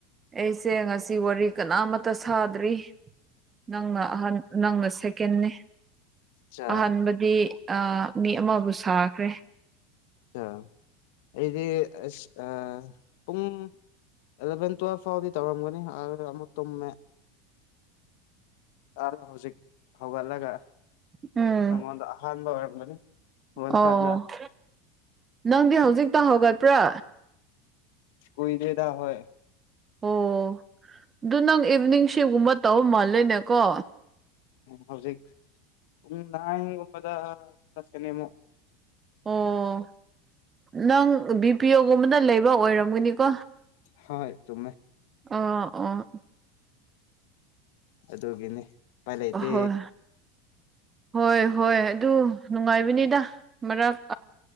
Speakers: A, on the right; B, on the left.
A: ꯑꯩꯁꯦ ꯉꯁꯤ ꯋꯥꯔꯤ ꯀꯅꯥꯃꯇ ꯁꯥꯗ꯭ꯔꯤ ꯅꯪꯅ ꯑꯍ ꯅꯪꯅ ꯁꯦꯀꯦꯅꯤ
B: ꯆꯥ
A: ꯑꯍꯥꯟꯕꯗꯤ ꯃꯤ ꯑꯃꯕꯨ ꯁꯥꯈ꯭ꯔꯦ
B: ꯑ ꯏꯗꯤ ꯑ ꯄꯨꯡ ꯑꯦꯂꯚꯦꯟ ꯇꯨꯋꯦꯜꯚ ꯐꯥꯎꯗꯤ ꯇꯧꯔꯝꯒꯅꯤ ꯑꯃꯨꯛ ꯇꯨꯝꯃꯦ ꯑ ꯍꯧꯖꯤꯛ ꯍꯧꯒꯠꯂꯒ
A: ꯎꯝ
B: ꯅꯪꯉꯣꯟꯗ ꯑꯍꯥꯟꯕ ꯑꯣꯏꯔꯝꯕꯅꯤ ꯍꯔꯀꯥꯂ
A: ꯑꯣ ꯅꯪꯗꯤ ꯍꯧꯖꯤꯛꯇ ꯍꯧꯒꯠꯄ꯭ꯔꯥ
B: ꯀꯨꯏ ꯗꯦꯗꯥ ꯍꯣꯏ
A: ꯑꯣ ꯑꯗꯨ ꯅꯪ ꯏꯚꯅꯤꯡ ꯁꯤꯞꯒꯨꯝꯕ ꯇꯧꯔ ꯃꯥꯜꯂꯦꯅꯦꯀꯣ
B: ꯍꯧꯖꯤ ꯎ ꯅꯒꯕꯗ ꯆꯀꯅꯦꯃꯣ
A: ꯑꯣ ꯅꯪ ꯕꯤ ꯄꯤ ꯑꯣꯒꯨꯝꯕꯅ ꯂꯩꯕ ꯑꯣꯏꯔꯝꯒꯅꯤꯀꯣ
B: ꯍꯣꯏ ꯆ
A: ꯑ ꯑꯣ
B: ꯑꯗꯨꯒꯤꯅꯤ ꯎꯄꯥꯏ ꯂꯩꯇꯦ
A: ꯑꯍꯣꯏ ꯍꯣꯏ ꯍꯣꯏ ꯑꯗꯨ ꯅꯨꯡꯉꯥꯏꯕꯅꯤꯗ ꯃꯔꯛ